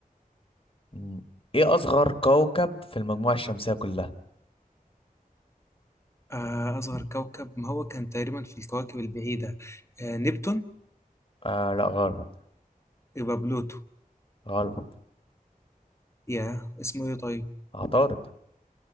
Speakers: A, on the left (about 35°); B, on the left (about 20°).
A: م- إيه أصغر كوكب في المجموعة الشمسية كلها؟
B: آه أصغر كوكب ما هو كان تقريبا في الكواكب البعيدة آه نبتون
A: آه لا غلط
B: يبقى بلوتو
A: غلط
B: يا اسمه إيه طيب
A: عطارد